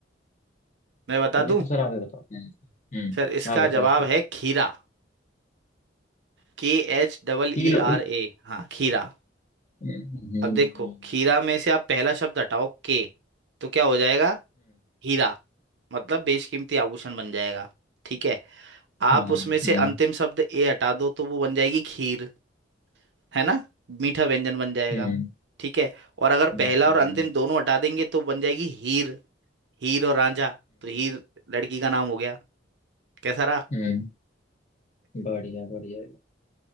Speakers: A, on the right (about 65°); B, on the left (about 40°).
A: मैं बता दूं
B: ये तो सर आप ही बताओ हम्म
A: सर इसका
B: आप बताओ
A: जवाब
B: इसका
A: है खीरा के एच डबल
B: हील
A: ई आर ए हाँ खीरा
B: हम्म हम्म
A: अब देखो खीरा में से आप पहला शब्द हटाओ के तो क्या हो जाएगा हीरा मतलब बेशकीमती आभूषण बन जाएगा ठीक है आप
B: हम्म
A: उसमें से अंतिम शब्द ए हटा दो तो वो बन जाएगी खीर है ना मीठा व्यंजन बन जाएगा
B: हम्म
A: ठीक है और अगर
B: हम्म
A: पहला और अंतिम दोनों हटा देंगे तो बन जाएगी हीर हीर और रांझा तो हीर लड़की का नाम हो गया कैसा रहा
B: हम्म बढ़िया बढ़िया